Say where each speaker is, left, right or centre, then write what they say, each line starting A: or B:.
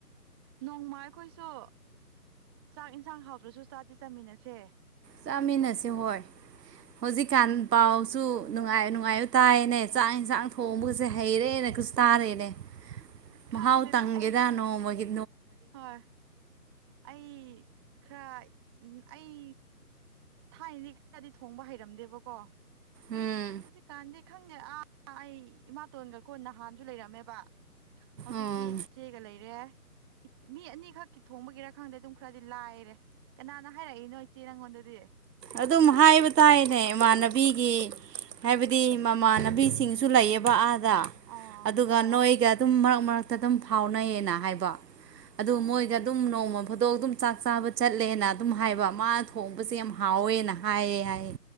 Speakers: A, on the right; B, on the right.
A: ꯅꯣꯡꯃ ꯑꯩꯈꯣꯏꯁꯨ ꯆꯥꯛ ꯌꯦꯟꯁꯥꯡ ꯍꯥꯎꯗ꯭ꯔꯁꯨ ꯆꯥꯗꯤ ꯆꯥꯃꯤꯟꯅꯁꯦ
B: ꯆꯥꯃꯤꯟꯅꯁꯦ ꯍꯣꯏ ꯍꯧꯖꯤꯛꯀꯥꯟ ꯄꯥꯎꯁꯨ ꯅꯨꯡꯉꯥꯏ ꯅꯨꯡꯉꯥꯏꯕ ꯇꯥꯏꯌꯦꯅꯦ ꯆꯥꯛ ꯌꯦꯟꯁꯥꯡ ꯊꯣꯡꯕꯒꯁꯦ ꯍꯩꯔꯦꯅ ꯑꯈꫭꯏꯁꯨ ꯇꯥꯔ‌ꯦꯅ‌ꯦ ꯃꯍꯥꯎ
A: ꯈꯪꯗꯦꯗ
B: ꯇꯪꯒꯦꯗꯅꯣꯃꯒꯤ
A: ꯑꯩ ꯍꯣꯏ ꯑꯩ ꯈꯔ ꯎꯝ ꯑꯩ ꯊꯥꯏꯅꯗꯤ ꯈꯔꯗꯤ ꯊꯣꯡꯕ ꯍꯩꯔꯝꯗꯦꯕꯀꯣ
B: ꯎꯝ
A: ꯍꯧꯖꯤꯛꯀꯥꯟꯗꯤ ꯈꯪꯒꯦ ꯑꯥ ꯑꯩ ꯏꯃꯥꯇꯣꯟꯒ ꯀꯣ ꯅꯍꯥꯟꯁꯨ ꯂꯩꯔꯝꯃꯦꯕ ꯍꯧꯖꯤꯛꯇꯤ
B: ꯎꯝ
A: ꯏꯆꯦꯒ ꯂꯩꯔꯦ ꯃꯤ ꯑꯅꯤꯈꯛꯀꯤ ꯊꯣꯡꯕꯒꯤꯔ ꯈꯪꯗꯦ ꯑꯗꯨꯝ ꯈꯔꯗꯤ ꯂꯥꯏꯔꯦ ꯀꯅꯥꯅ ꯍꯥꯏꯔꯛꯏꯅꯣ ꯏꯆꯦ ꯅꯪꯉꯣꯟꯗꯗꯤ
B: ꯑꯗꯨꯝ ꯍꯥꯏꯕ ꯇꯥꯏꯅꯦ ꯏꯃꯥꯟꯅꯕꯤꯒꯤ ꯍꯥꯏꯕꯗꯤ ꯃꯃꯥꯟꯅꯕꯤꯁꯤꯡꯁꯨ ꯂꯩꯌꯦꯕ ꯑꯥ ꯑꯗ
A: ꯑꯣ
B: ꯑꯗꯨꯒ
A: ꯑꯣ
B: ꯅꯣꯏꯒ ꯑꯗꯨꯝ ꯃꯔꯛ ꯃꯔꯛꯇ ꯑꯗꯨꯝ ꯐꯥꯎꯅꯩꯌꯦꯅ ꯍꯥꯏꯕ ꯑꯗꯨ
A: ꯑꯣ
B: ꯃꯣꯏꯒ ꯑꯗꯨꯝ ꯅꯣꯡꯃ ꯐꯣꯗꯣꯛ ꯑꯗꯨꯝ ꯆꯥꯛ ꯆꯥꯕ ꯆꯠꯂꯦꯅ ꯑꯗꯨꯝ ꯍꯥꯏꯕ ꯃꯥꯅ ꯊꯣꯡꯕꯁꯦ ꯌꯥꯝ ꯍꯥꯎꯋꯦꯅ ꯍꯥꯏꯌꯦ ꯍꯥꯏꯌꯦ